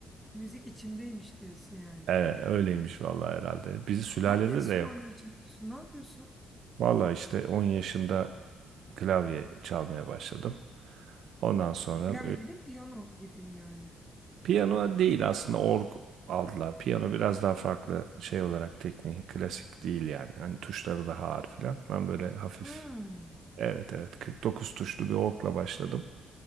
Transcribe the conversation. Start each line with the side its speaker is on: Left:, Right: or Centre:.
Centre: Müzik içimdeymiş diyorsun yani.
Right: Evet öyleymiş vallahi herhalde. Bizi sülalede
Centre: Hangi enstrümanları
Right: de yok.
Centre: çalıyorsun? Ne yapıyorsun?
Right: Vallahi işte 10 yaşında klavye çalmaya başladım. Ondan sonra
Centre: Klavye dedim, piyano gibi mi yani?
Right: Piyano değil aslında org aldılar. Piyano biraz daha farklı şey olarak tekniği klasik değil yani. Hani tuşları daha ağır filan. Ben böyle hafif
Centre: Hmm.
Right: evet evet 49 tuşlu bir orgla başladım.